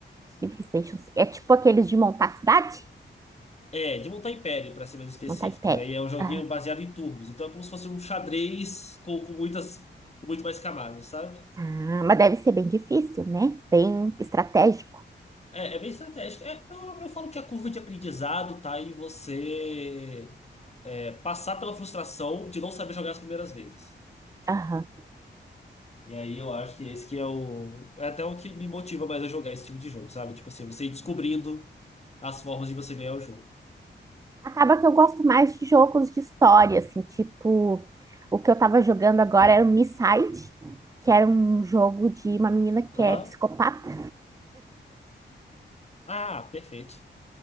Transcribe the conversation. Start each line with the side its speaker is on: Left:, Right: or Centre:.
Right: Civilization. É tipo aqueles de montar cidade?
Left: É, de montar império, pra ser mais específico,
Right: Montar império.
Left: né? E é um joguinho
Right: Aham.
Left: baseado em turnos, então é como se fosse um xadrez com, com muitas, com muito mais camadas, sabe?
Right: Ah, mas deve ser bem difícil, né? Bem estratégico.
Left: É, é bem estratégico. É, eu, eu falo que a curva de aprendizado tá em você é, passar pela frustração de não saber jogar as primeiras vezes.
Right: Aham.
Left: E aí eu acho que esse que é o. É até o que me motiva mais a jogar esse tipo de jogo, sabe? Tipo assim, você ir descobrindo as formas de você ganhar o jogo.
Right: Acaba que eu gosto mais de jogos de história, assim, tipo... O que eu tava jogando agora era o Miside, que era um jogo de uma menina que
Left: Aham.
Right: é psicopata.
Left: Ah, perfeito.